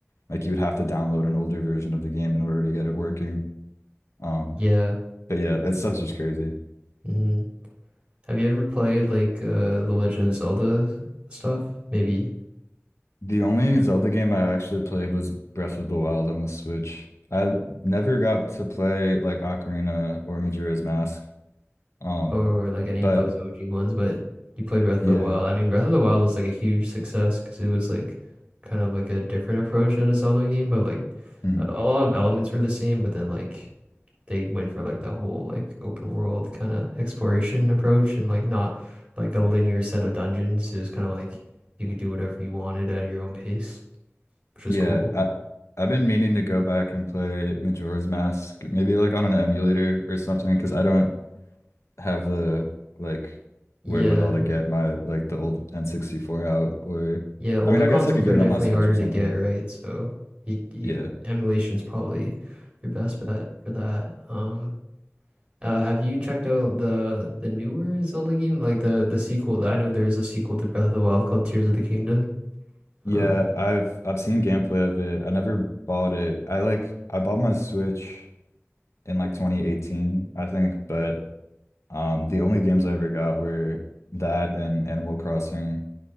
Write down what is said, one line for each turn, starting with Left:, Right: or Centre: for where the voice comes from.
Left: like you would have to download an older version of the game in order to get it working. Um,
Right: Yeah.
Left: but yeah, that stuff's just crazy.
Right: hmm Have you ever played like uh The Legend of Zelda stuff? Maybe.
Left: The only Zelda game I actually played was Breath of the Wild on the Switch. I never got to play like Ocarina or Majora's Mask. Um,
Right: Or like any
Left: but
Right: of those OG ones, but you played Breath of
Left: yeah,
Right: the Wild. I mean, Breath of the Wild was like a huge success because it was like kind of like a different approach at a Zelda game, but like
Left: mhm.
Right: a, a lot of elements were the same, but then like they went for like that whole like open world kind of exploration approach and like not like a linear set of dungeons. It was kind of like you could do whatever you wanted at your own pace, which is
Left: Yeah,
Right: cool.
Left: I I've been meaning to go back and play Majora's Mask, maybe like on an emulator or something, because I don't have the like
Right: Yeah.
Left: wherewithal to get my like the old N64 out or
Right: Yeah, older
Left: I mean, I
Right: consoles
Left: guess I could get
Right: are definitely
Left: it on my Switch
Right: harder
Left: or something.
Right: to get, right? So you, you,
Left: Yeah.
Right: emulation's probably your best bet for that. Um, uh, have you checked out the the newer Zelda game, like the the sequel? I know there's a sequel to Breath of the Wild called Tears of the Kingdom.
Left: Yeah,
Right: Um,
Left: I've I've seen gameplay of it. I never bought it. I like I bought my Switch in like 2018, I think, but um the only games I ever got were that and Animal Crossing,